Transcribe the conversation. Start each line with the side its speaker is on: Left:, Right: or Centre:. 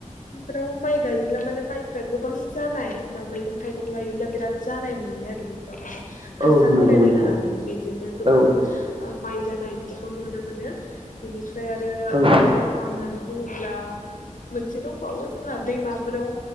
Left: बेफोराव माइ गायोब्ला माने माइफ्रा गोबां जानाय बा मैगं थाइगं गायोब्ला बिराद जानाय नुयो आरो बेफोराव माने हासार
Right: औ नंगौ
Left: होलायलायनाङा
Right: नोंथां
Left: माने बेजोंनो गोबां
Right: औ
Left: माइ जानाय बिदिखौ नुनो मोन मोनो ।बिनिफ्राय आरो
Right: औ
Left: मुलाम्फा होननानै बुंब्ला मोनसे दंबावो जोंहा दैमाफोराव